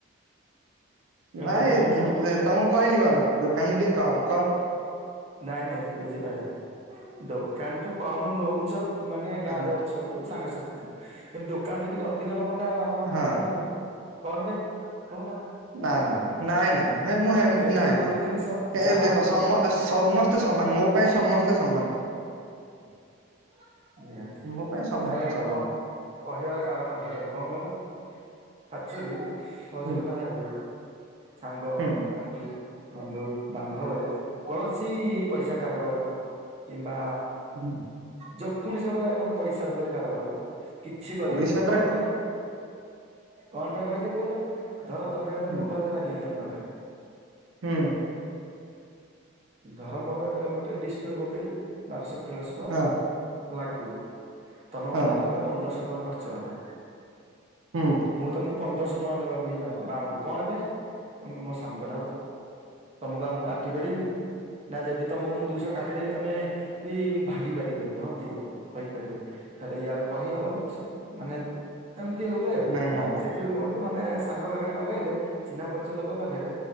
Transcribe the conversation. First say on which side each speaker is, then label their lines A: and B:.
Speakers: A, on the right; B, on the right.
A: ନାଇଁ
B: ଦୋକାନ ଠୁ ଆମ
A: ତମକୁ କହିଲି କଣ ଦୋକାନରେ ଟିକେ କମ୍ କ
B: ନାଇଁ ନାଇଁ ବୁଝିପାଇଲି। ଦୋକାନଠୁ କମ୍ ନଉଚ ବୋଲି ମାନେ ଗାଁ
A: ହଁ
B: ରେ ଅଛ ବୋଲି ସାଙ୍ଗସାଥି କି ଦୋକାନଠୁ ଟିକେ ଅଧିକ ନବ ନା ଆମ ମାନଙ୍କ
A: ହଁ।
B: ଠୁ ନା କଣ ପାଇଁ କହୁନ?
A: ନା ନା
B: ଦେଖ
A: ନାଇଁ ନାଇଁ ଭାଇ ମୁଁ
B: କିନ୍ତୁ
A: ନାଇଁ
B: ଗୋଟେ ଜିନିଷ
A: ନାଇଁ
B: ଯାହା
A: ଦେଖ ସମ
B: ତମ
A: ସମସ୍ତେ ସମସ୍ତେ ସମାନ ମୋ ପାଇଁ ସମସ୍ତେ ସମାନ।
B: <inaudible> ନିହାତି
A: ମୋ ପାଇଁ ସମସ୍ତେ
B: ନାଇଁ ନାଇଁ
A: ସମାନ।
B: ମୁଁ କହିବାର କାରଣ ବୁଝ କଣ କହିଲ? ଆକ୍ଚୁଲି କହୁଚି
A: ହୁଁ
B: ବୋଲି ଖରାପ ଭାବିବନି ସାଙ୍ଗ
A: ହୁଁ
B: ସାଥି ବନ୍ଧୁ ବାନ୍ଧବରେ କୌଣସି ପଇସା କାରବାର କି ବା
A: ହୁଁ
B: ଯେ କୌଣସି ଗୋଟେ ମାନେ ପଇସା ଉପରେ କାରବାର। କିଛି କରିବନି
A: ପଇସା ପରା
B: କଣ ପାଇଁ କଣ ପାଇଁ କହିଲି କୋହୁନ? ଧର ତମେ
A: ହୁଁ
B: ମୋବାଇଲ ଦେ ମାଗିଲ ତମ ପାଖରେ?
A: ହୁଁ।
B: ଧର ମୋର ଗୋଟେ ଡିସ୍ପ୍ଲେ ପକେଇଲେ ବାରଶହ ତେରଶହ ଟଙ୍କା
A: ହଁ
B: ଲାଗିବ। ତମେ ମତେ
A: ହଁ
B: ଏଇନା କହିବ, ପନ୍ଦରଶହ ଟଙ୍କା ଖର୍ଚ୍ଚ ହେଲା।
A: ହୁଁ
B: ମୁଁ ତମକୁ ପନ୍ଦରଶହ ଟଙ୍କା ଦେବାକୁ ହିଁ ବା- ପାଉଣ୍ଡ କଣ ପାଇଁ? ତମେ ମୋ ସାଙ୍ଗ ଟା ପା। ତମକୁ ଆଉ ମୁଁ କାଟି ପାରିବି। ନା ଯଦି ତମକୁ ମୁଁ ଦୁଇଶହ କା ଟି ଦେବି ତମେ ବି ଭାଙ୍ଗି ପାରିବନି, ହଁ ଦିଅ କହିପାରିବ। ହେଲେ ଇଆଡୁ କହିହବନି ସ ମାନେ, ଏମିତି ହୁଏ ଆଉ।
A: ନା ନା ନା।
B: ସେଥି ପାଇଁ କୁହ ନ୍ତି, ମାନେ ସାଙ୍ଗ ପାଖରେ ବାଗେଇଲେ, ଚିହ୍ନା ପରିଚୟ ଲୋକ ପାଖରେ,